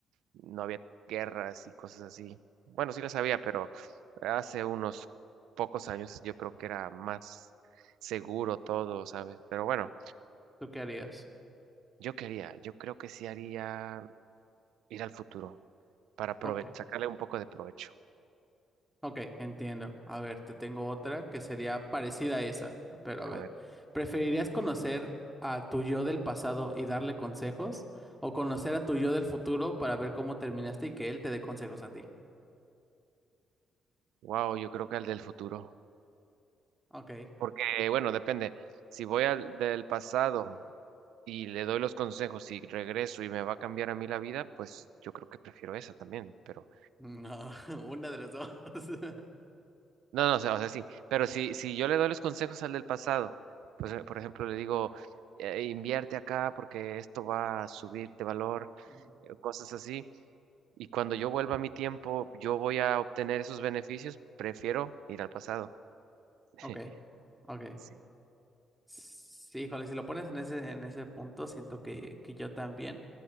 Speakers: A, on the right (about 85°); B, in the centre.
A: no había guerras y cosas así. Bueno, sí las había, pero hace unos pocos años yo creo que era más seguro todo, ¿sabes? Pero bueno,
B: ¿Tú qué harías?
A: yo quería, yo creo que sí haría ir al futuro para prove-
B: Ok.
A: sacarle un poco de provecho.
B: Ok, entiendo. A ver, te tengo otra que sería parecida a esa, pero a ver,
A: A ver,
B: ¿preferirías conocer a tu yo del pasado y darle consejos o conocer a tu yo del futuro para ver cómo terminaste y que él te dé consejos a ti?
A: wow, yo creo que al del futuro.
B: Ok.
A: Porque, bueno, depende. Si voy al del pasado y le doy los consejos y regreso y me va a cambiar a mí la vida, pues yo creo que prefiero esa también, pero...
B: No, <laughs> una de las dos. <laughs>
A: No, no, o sea, o sea, sí, pero si, si yo le doy los consejos al del pasado, pues, eh, por ejemplo, le digo, "Eh, invierte acá porque esto va a subir de valor,
B: Mm.
A: eh, cosas así, y cuando yo vuelva a mi tiempo, yo voy a obtener esos beneficios, prefiero ir al pasado. <laughs>
B: Ok, ok.
A: Sí,
B: Sí, híjole, si lo pones en ese, en ese punto, siento que, que yo también,